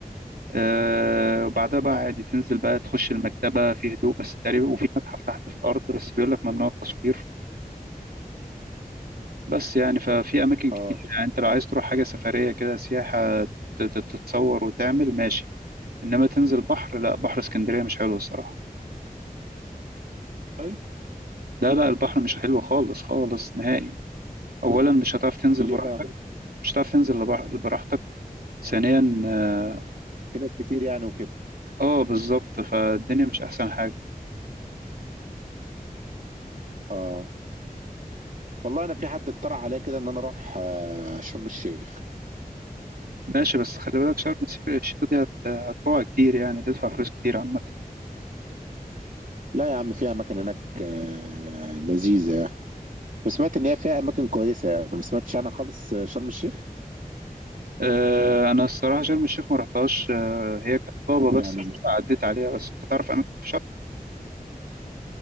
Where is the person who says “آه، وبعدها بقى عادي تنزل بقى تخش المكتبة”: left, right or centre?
Right